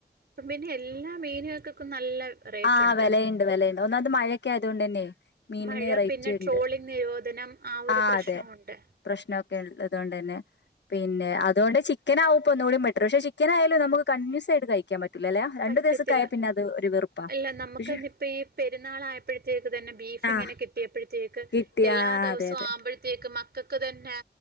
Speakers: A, on the right (about 65°); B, on the left (about 85°).
A: ഇപ്പം പിന്നെ എല്ലാ മീനുകൾക്കക്കും നല്ല റേറ്റുണ്ട്
B: ആ വിലയുണ്ട് വിലയുണ്ട് ഒന്നാമത് മഴയൊക്കെ ആയതൊണ്ട് തന്നെ മീനിന്
A: മഴ
B: റേറ്റ്
A: പിന്നെ
B: ഉണ്ട്
A: ട്രോളിംഗ് നിരോധനം ആ ഒരു
B: ആഹ്
A: പ്രശ്നമുണ്ട്.
B: അതെ പ്രശ്നമൊക്കെ ഉള്ളതുകൊണ്ട് തന്നെ പിന്നെ അതുകൊണ്ട് ചിക്കനാവും ഇപ്പം ഒന്നും കൂടി ബെറ്ററ് പക്ഷെ ചി ചിക്കൻ ആയാൽ നമുക്ക് കണ്ടിന്യൂസ് ആയിട്ട് കഴിക്കാൻ പറ്റുല്ലല്ലേ രണ്ട്
A: പറ്റത്തില്ല
B: ദിവസൊക്കെ ആയ പിന്നെ അത് ഒരു വെറുപ്പാ
A: അല്ല നമുക്ക്
B: പക്ഷെ
A: തന്നെ ഇപ്പം ഈ പെരുന്നാൾ ആയപ്പോഴത്തേക്ക് തന്നെ ബീഫ് ഇങ്ങനെ
B: ആഹ്
A: കിട്ടിയപ്പോഴത്തേക്ക്
B: കിട്ടി
A: എല്ലാ
B: ആഹ്
A: ദിവസവും
B: അതെ അതെ
A: ആവുമ്പോഴത്തേക്കും മക്കൾക്ക് തന്നെ